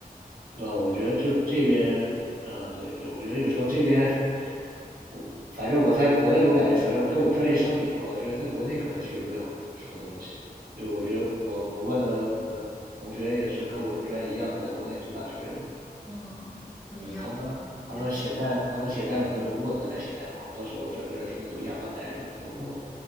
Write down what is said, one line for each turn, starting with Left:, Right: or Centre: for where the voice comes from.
Right: 那我觉得就这边，嗯，对，就我觉得有时候这边，我反正我在国内，我感觉反正跟我专业相比的话，就是在国内可能学不了什么东西，因为我觉得我我问的同学也是跟我专业一样的，在国内读大学的，
Centre: 嗯，怎么样？
Right: 嗯，他们他们写代他们写代码都用
Centre: 感觉怎么
Right: Word 来写代码，我当时我整个人听得都哑巴呆住了，你用 Word